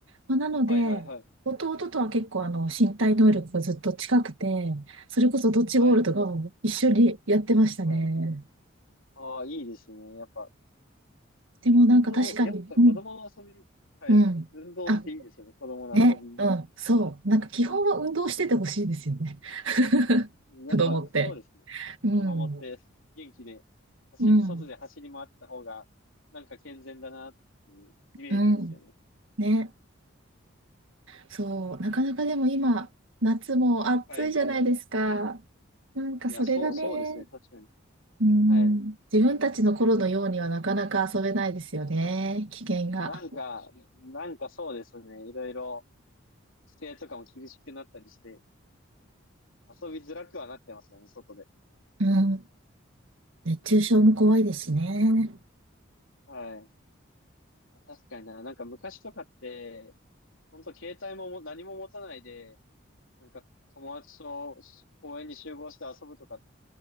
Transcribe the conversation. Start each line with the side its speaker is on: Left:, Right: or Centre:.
Right: まあ、なので、
Left: はい、はい、はい。
Right: 弟とは結構あの身体能力がずっと近くて、それこそドッジボールとかも一緒にやってましたね。
Left: はい。はいああ、いいですね。やっぱ、
Right: でもなんか確かに、
Left: 運動、やっぱ子供の遊び、
Right: うん、
Left: はい。
Right: うん。
Left: 運動っていいですよね。
Right: あ、
Left: 子供の遊び。
Right: ね、うん、そう。なんか基本は運動しててほしいですよね。<laughs>
Left: やっぱ、
Right: 子供って。
Left: そうですね。
Right: う
Left: 子供って元気で、
Right: ん、
Left: 走り、
Right: うん、
Left: 外で走り回った方が、なんか健全だなっていうイメージですよね。
Right: うん。ね、そう。なかなかでも今、夏も暑いじゃないですか。
Left: はい。
Right: なんかそれがね、
Left: いや、そう、そうですね。確かに。
Right: うん、
Left: はい。
Right: 自分たちの頃のようにはなかなか遊べないいでですすよねね危険が
Left: なんか、なんかそうですね。いろいろ、規制とかも厳しくなったりして、遊びづらくはなってますよね、外で。
Right: うん熱中症も怖いですしね
Left: はい。確かにな。なんか昔とかって、本当携帯もも何も持たないで、なんか友達と公園に集合して遊ぶとかって、